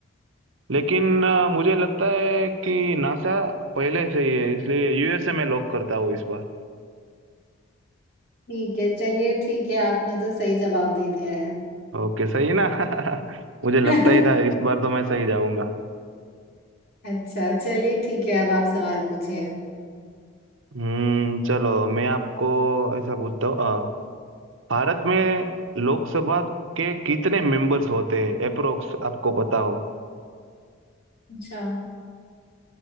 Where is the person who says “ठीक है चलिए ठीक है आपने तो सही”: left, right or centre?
Left